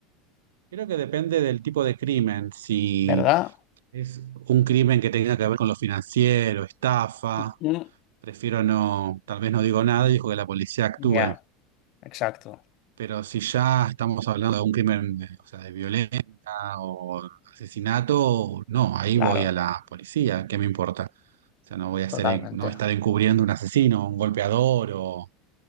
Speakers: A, on the right (about 80°); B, on the left (about 55°).
A: Creo que depende del tipo de crimen. Si
B: ¿verdad?
A: es un crimen que tenga que ver con lo financiero, estafa,
B: Mm,
A: prefiero no, tal vez no digo nada y dejo que la policía actúe.
B: Ya, exacto.
A: Pero si ya estamos hablando de un crimen, eh, o sea, de violencia o asesinato, no, ahí
B: Claro,
A: voy a la policía, ¿qué me importa? O sea, no voy a hacer,
B: totalmente.
A: no voy a estar encubriendo un asesino, un golpeador o...